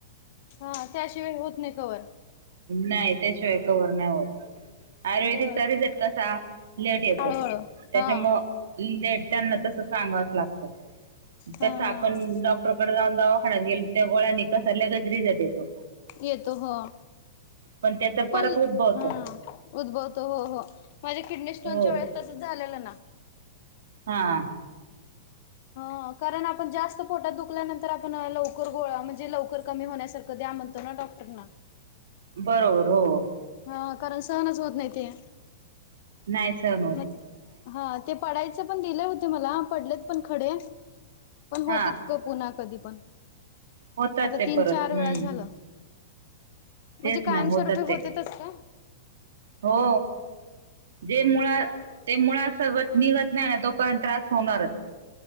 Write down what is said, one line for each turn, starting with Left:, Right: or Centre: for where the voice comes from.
Left: हा, त्याशिवाय होत नाही कवर.
Right: नाही, बं त्याशिवाय कवर नाही होत. आयुर्वेदिकचा
Left: बर
Right: रिझल्ट कसा लेट येतो.
Left: हळूहळू.
Right: त्याच्यामुळ
Left: हा.
Right: लेट त्यांना तस सांगावच लागतं,
Left: हा
Right: तस आपण
Left: हा हा
Right: डॉ क्टरकडे जाऊन दवाखानत गेल त्या गोळ्यानी कस लगेच रिझल्ट येतो.
Left: येतो हो,
Right: पण त्याच
Left: पण
Right: परत उद्भवत
Left: ह. उद्भवतो हो हो. माझ्या किडणी स्टोनच्या
Right: हो
Left: वेळेत तसंच झालेलं ना.
Right: हां.
Left: ह कारण आपण जास्त पोटात दुखल्यानंतर आपण लवकर गोळा म्हणजे लवकर कमी होण्यासा कधी आ म्हणतो ना डॉक्टरना.
Right: बरोबर हो.
Left: हा कारण सहनच होत नाही ते.
Right: नाहीच क
Left: हा, ते पडायचं पण दिलं होते मला पडलेत पण खडे. पण होतेच
Right: हा
Left: क पुन्हा कधी पण.
Right: होतात
Left: आता
Right: ते
Left: तीन-चार
Right: परत हम्म
Left: वेळा झालं. म्हणजे
Right: तेच
Left: कायमस्वरूपी
Right: ना, होतात
Left: होतेतच
Right: ते.
Left: का
Right: हो. जे मुळ ते मुळ सगळ निघत नाही ना तोपर्यंत त्रास होणारच.